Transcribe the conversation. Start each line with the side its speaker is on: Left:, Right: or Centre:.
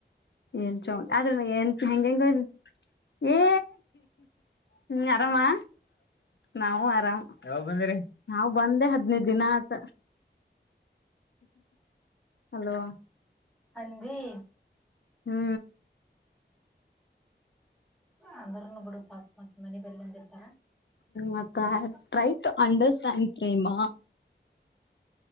Left: ಎನ್ ಚೌಟ ಆದ್ರ ಎಂತ ಹೆಂಗಂಗೆ ಹೆಂಗ ಏ ಹ್ಮ್ ಆರಾಮಾ ನಾವು ಆರಾಮ್ ಯಾವಾಗ ಬಂದ ನಾವ್ ಬಂದೆ ಹದ್ನೈದ ದಿನ ಆತ. ಹಲೋ
Centre: ಹಂದಿ
Left: ಹ್ಮ್
Centre: ಅಂದ್ರನು ಬಿಡು ಪಾಪ ಮತ್ ಮನೆ ಬೇಲಿ ಬಂದಿರ್ತಾರ.
Left: ಮತ್ತ
Centre: ಇಲ್ಲ
Left: ಟ್ರೈ ಟು ಅಂಡರ್ಸ್ಟ್ಯಾಂಡ್ ಪ್ರೇಮ